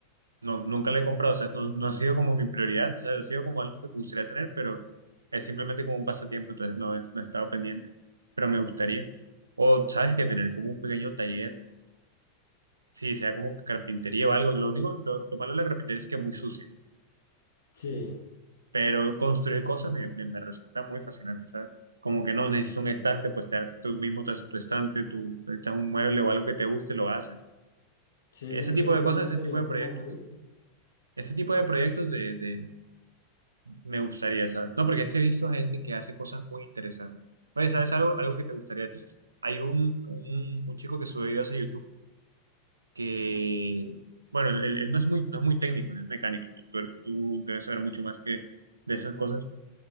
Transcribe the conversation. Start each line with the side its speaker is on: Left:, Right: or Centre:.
Right: no, nunca la he comprado, o sea, no, no ha sido como mi prioridad, o sea, ha sido como algo que me gustaría tener, pero es simplemente como un pasatiempo, entonces no, he- no he estado pendiente, pero me gustaría. O, ¿sabes que Tener como un pequeño taller, sí, sea como carpintería o algo, lo único, lo, lo malo de la carpintería es que es muy sucia
Left: Sí,
Right: pero construir cosas me, me, me resulta muy fascinante, ¿sabes? Como que no necesito un estante, pues te, tú mismo te haces tu estante, tú necesitas un mueble o algo que te guste, lo haces.
Left: sí,
Right: Ese
Left: siento
Right: tipo
Left: que la
Right: de
Left: carpintería
Right: cosas, ese tipo de
Left: como
Right: proyectos,
Left: hobby,
Right: ese tipo de proyectos de, de- me gustaría, ¿sabes? No, porque es que he visto gente que hace cosas muy interesantes. Oye, ¿sabes algo, algo que te gustaría a ti? Hay un, un, un chico que sube videos a YouTube que, bueno, él, él no es muy, no es muy técnico, no es mecánico, tú, tú, tú debes saber mucho más que de esas cosas